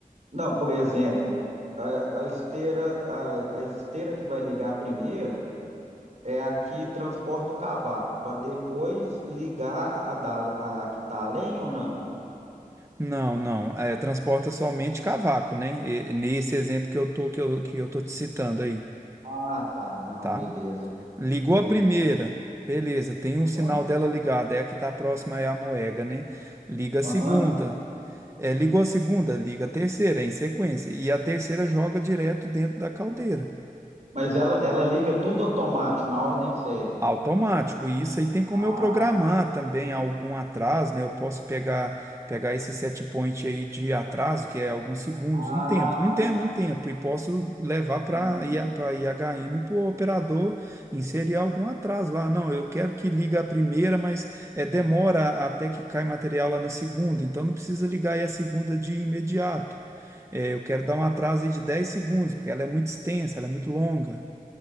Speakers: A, on the right; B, on the right.
A: não, por exemplo, a, a esteira, a, a esteira que vai ligar primeiro é a que transporta o cavaco, para depois ligar a, da, a que está além ou não?
B: Não, não. É, transporta somente cavaco, né? E- nesse exemplo que eu tô, que eu, que eu tô te citando aí,
A: Ah, tá, não,
B: tá?
A: beleza,
B: Ligou
A: entendi.
B: a primeira. Beleza, tem o sinal
A: Aham,
B: dela ligado. É a que está próxima, é a moega, né? Liga a
A: aham.
B: segunda. É, ligou a segunda, liga a terceira, é em sequência. E a terceira joga direto dentro da caldeira.
A: Mas ela, ela liga tudo automático, na ordem certa.
B: Automático, e isso aí tem como
A: Ah,
B: eu programar também algum atraso, né? Eu posso pegar pegar esse set point aí de atraso, que é alguns segundos,
A: ah,
B: um tempo, um tempo, um tempo, e posso levar para
A: uhum.
B: para IHM para o operador inserir algum atraso lá. Não, eu quero que liga a primeira, mas é, demora até que cai material lá na segunda, então não precisa ligar aí a segunda de imediato. É, eu quero dar um atraso aí de 10 segundos, porque ela é muito extensa, ela é muito longa,